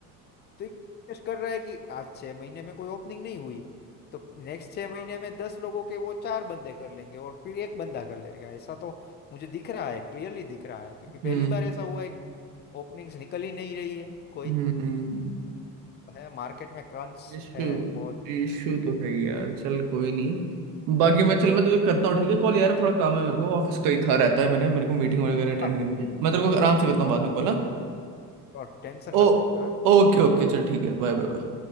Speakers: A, on the left (about 30°); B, on the right (about 70°).
A: तो ये फोकस कर रहा है कि आज छः महीने में कोई ओपनिंग नहीं हुई तो नेक्स्ट छः महीने में दस लोगों के वो चार बंदे कर लेंगे और फिर एक बंदा कर लेगा ऐसा तो मुझे दिख रहा है क्लियरली दिख रहा है क्योंकि पहली
B: हम्म
A: बार ऐसा हुआ है कि ओपनिंग्स निकल ही नहीं रही है कोई
B: हम्म हम्म
A: है मार्केट में क्रंच
B: इशू
A: है बहुत
B: इशू तो है यार चल कोई नहीं बाकी मैं चल मैं तुझे करता हूँ ठीक है कॉल यार थोड़ा काम है मेरे को ऑफिस का ही था रहता है मेरे मेरे को मीटिंग वगैरह अटेंड
A: हाँ,
B: करनी है मैं तेरे को आराम से करता
A: हाँ,
B: हूँ बाद में कॉल हाँ
A: और टेंशन
B: ओ
A: मत लेना
B: ओके ओके चल ठीक है बाय बाय बाय